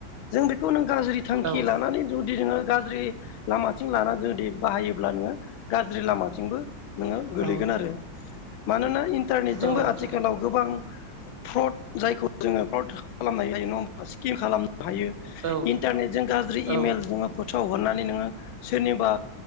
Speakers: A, on the left; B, on the right.
A: जों बेखौ नों गाज्रि थांखि
B: औ
A: लानानै जुदि जोङो गाज्रि लामा लानानै जुदि बाहायोब्ला नोङो गाज्रि लामाथिंबो नोङो गोलैगोन
B: औ
A: आरो मानोना इन्टारनेटजोंबो
B: औ नोंथां
A: आथिखालाव गोबां फ्रड जायखौ जोङो फ्रद खालामनाय जायो नङाहोमबा स्किम खालामनाय जायो हायो
B: औ
A: इन्टारनेटजों गाज्रि
B: औ
A: इमेल जोङो फोथाव हरनानै नोङो सोरनिबा